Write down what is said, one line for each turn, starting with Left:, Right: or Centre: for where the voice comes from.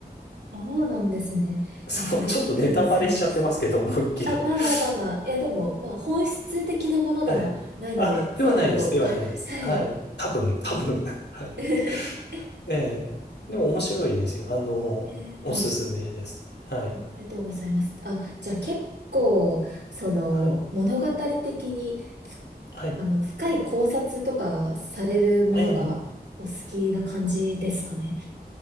Right: そうなんですね。
Left: <laughs> そう、
Right: えーありがとうございます。
Left: ちょっとネタバレしちゃってますけど、思いっきり。
Right: あ、まあまあまあまあ。
Left: <laughs>
Right: いや、でも、まあ、本質的なものではないので、
Left: はい。あ、ではないです。
Right: セーフだと。
Left: ではないです。
Right: <laughs> あはい。
Left: はい。多分、多分。<laughs> はい。
Right: <laughs> え
Left: ええ。でも面白いですよ。あの、
Right: ーはい。
Left: おすすめですね。はい。
Right: あありがとうございます。あ、じゃあ結構、その、
Left: はい。
Right: 物語的に、ふ
Left: はい。
Right: あの、深い考察とかされるものがお好きな感じですかね。
Left: ええ。